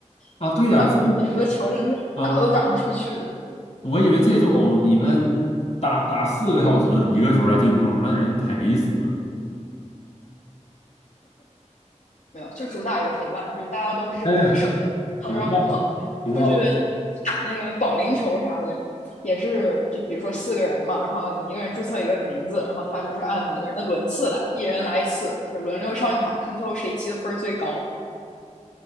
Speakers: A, on the left (about 60°); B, on the left (about 75°).
A: 啊。
B: 的，
A: 对呀、这。
B: <laughs> 有的球真是打都打不出去的。
A: 啊，呃我以为这种你们打打四个小时一个球才进洞，那人赔死。
B: 没有，就主打一个陪伴，就是大家都不是为了胜，
A: 哎呀，
B: <laughs>
A: 行吧，
B: 然后出去
A: 挺好。
B: 打那个保龄球啥的，也是就比如说四个人嘛，然后你一个人注册一个名字，然后他就是按每个人的轮次来，一人来一次，轮流上场，看最后谁积的分最高。